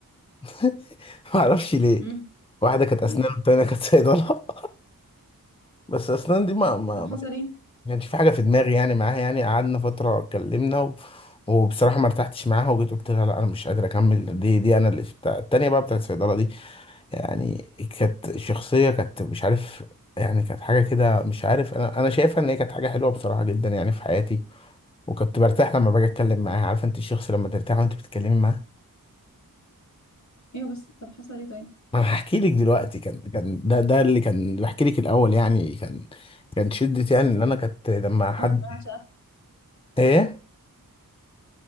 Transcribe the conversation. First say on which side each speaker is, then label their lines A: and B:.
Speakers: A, on the left; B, on the left.
A: <laughs> معرفش ليه
B: امم
A: واحده كانت اسنان
B: إيه؟
A: والتانيه كانت صيدله بس اسنان دي ما ما
B: طب
A: ما
B: حصل إيه؟
A: كانش في حاجه في دماغي يعني معاها يعني قعدنا فتره اتكلمنا و... وبصراحه ما ارتحتش معاها وجيت قلت لها لا انا مش قادر اكمل دي دي انا اللي بتاع التانيه بقى بتاعت الصيدله دي يعني كانت شخصيه كانت مش عارف يعني كانت حاجه كده مش عارف انا انا شايفها ان هي كانت حاجه حلوه بصراحه جدا يعني في حياتي وكنت برتاح لما باجي اتكلم معاها عارفه انت الشخص لما ترتاح وانت بتتكلمي معاه
B: أيوة بس طب حصل إيه طيب؟
A: ما انا هحكي لك دلوقتي كان كان ده ده اللي كان بحكي لك الاول يعني كان كان شدة يعني ان انا كانت لما حد
B: أه تمام عشان
A: ايه